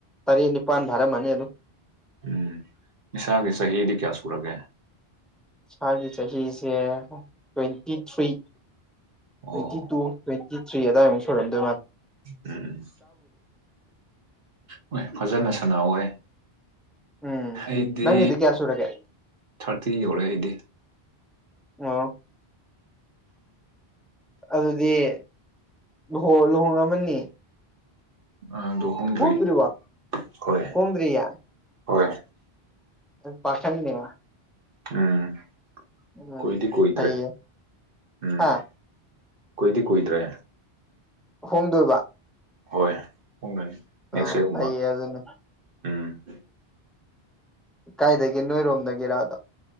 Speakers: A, in the centre; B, on the right.
A: ꯇꯔꯦꯠ ꯅꯤꯄꯥꯟ ꯚꯔ ꯑꯃꯅꯤꯅꯤ ꯑꯗꯨ ꯑꯗꯨ
B: ꯎ ꯏꯁꯅꯤꯁꯥꯒꯤ ꯁꯍꯤꯂꯤ ꯀꯌꯥ ꯁꯨꯔꯒꯦ
A: ꯏꯁꯒꯤ ꯆꯍꯤꯁꯦ ꯇ꯭ꯋꯦꯟꯇꯤ ꯊ꯭ꯔꯤ
B: ꯑꯣ
A: ꯇ꯭ꯋꯦꯟꯇꯤ ꯇꯨ ꯇ꯭ꯋꯦꯟꯇꯤ ꯊ꯭ꯔꯤ ꯑꯗꯥꯏꯃꯨꯛ ꯁꯣꯏꯨꯔꯝꯗꯣꯏ ꯃꯥꯅꯤ
B: ꯎꯝ ꯍꯣꯏ ꯐꯖꯅ ꯁꯅꯥ ꯑꯣꯏ
A: ꯎꯝ
B: ꯑꯩꯗꯤ
A: ꯅꯪꯒꯤꯗꯤ ꯀꯌꯥ ꯁꯨꯔꯒꯦ
B: ꯊꯥꯔꯇꯤ ꯌꯧꯔꯑꯦ ꯑꯩꯗꯤ
A: ꯑ ꯑꯗꯨꯗꯤꯨꯍ ꯂꯨꯍꯣꯡꯃꯅꯤ
B: ꯑꯗꯣ ꯍꯣꯡꯗ꯭ꯔꯤ
A: ꯀꯨꯗꯔꯤꯕ
B: ꯍꯣꯏ
A: ꯀꯨꯗꯔꯌꯥ
B: ꯍꯣꯏ
A: ꯄꯁꯅꯤ
B: ꯎꯝ
A: ꯎꯝ
B: ꯀꯨꯏꯗꯤ ꯀꯨꯏꯗ꯭ꯔꯦ
A: ꯐꯩꯌꯦ
B: ꯎꯝ
A: ꯍꯥ
B: ꯀꯨꯏꯗꯤ ꯀꯨꯏꯗ꯭ꯔꯦ
A: ꯍꯣꯡꯗꯣꯏꯕ
B: ꯍꯣꯏ ꯄꯗꯅꯤ ꯅꯦꯛꯁ
A: ꯑꯥ
B: ꯗꯦꯒꯨꯝꯕ
A: ꯐꯩꯌꯦ ꯑꯗꯨꯅꯤ
B: ꯎꯝ
A: ꯀꯥꯏꯗꯗꯒꯤ ꯅꯣꯏꯔꯣꯝꯗꯒꯤꯔꯑꯗ